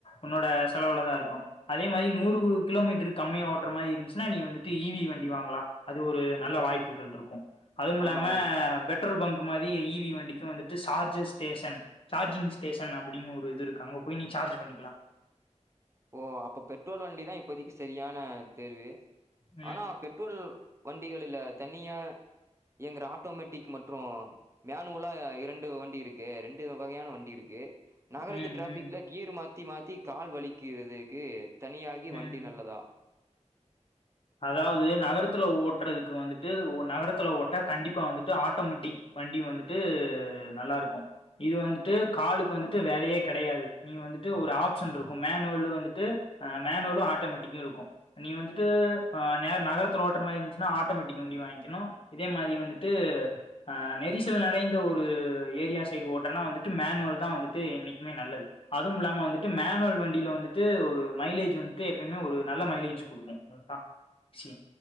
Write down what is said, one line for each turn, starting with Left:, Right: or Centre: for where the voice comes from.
Left: உன்னோட செலவுலதா இருக்கு அதே மாரி நூறு கிலோமீட்டருக்கு கம்மிய ஓற மாரி இருன்சுனா நீ வந்துட்டு இவி வண்டி வாங்கலா அது ஒரு நல்ல வாய்ப்புகள் இருக்கும் அதுவு இல்லாம
Right: ஆமா.
Left: பெட் பெட்ரோல் பங்க் மாரி இவி வண்டிக்கு வந்துட்டு சார்ஜர் ஸ்டேஷன் சார்ஜிங் ஸ்டேஷன் அப்டின் ஒரு இது இருக்கு அங்க போய் நீ சார்ஜ் பண்ணிக்கலா
Right: ஓ அப்ப பெட்ரோல் வண்டி தா இப்போதைக்கு சரியான தேர்வு
Left: ம்
Right: ஆனா பெட் ட்ரோல் வண்டிகளில தனியா இயங்கிற ஆட்டோமேட்டிக் மற்று மேனுவலா இரண்டு வண்டி இருக்கு ரெண்டு வகையான வண்டி இருக்கு நகரத்து
Left: ம்
Right: டிராஃபிக்ல
Left: ம்
Right: கீர் மாத்தி மாத்தி கால் வலிக்கிறதுக்கு தனியாகி வண்டி
Left: ம்
Right: நல்லதா
Left: அதாவது நகரத்துல ஓட்றதுக்கு வந்துட்டு நகரத்துல ஓட்ட கண்டிப்பா வந்துட்டு ஆட்டோமேட்டிக் வண்டி வந்துட்டு நல்லா இருக்கு இது வந்துட்டு காலுக்கு வந்துட்டு வேலையே கெடையாது நீ வந்துட்டு ஒரு ஆப்ஷன் இருக்கு மேனுவலு வந்துட்டு மேனுவலு ஆட்டோமேட்டிக்கு இருக்கு நீ வந்துட்டு அ நகரத்து ஓட்டுற மாரி இருந்துச்சுன்னா ஆட்டோமேட்டிக் வண்டி வாங்கிகணு இதே மாரி வந்துட்டு ஆ நெரிசல் நெறைந்த ஒரு ஏரியா சைடு ஓட்றன்னா வந்துட்டு மேனுவல் தா வந்துட்டு என்னைக்குமே நல்லது அதுவும் இல்லாம வந்துட்டு மேனுவல் வண்டியில வந்துட்டு ஒரு மைலேஜ் வந்துட்டு எப்பயுமே ஒரு நல்ல மைலேஜ் கொடுக்கு அதுதா விஷய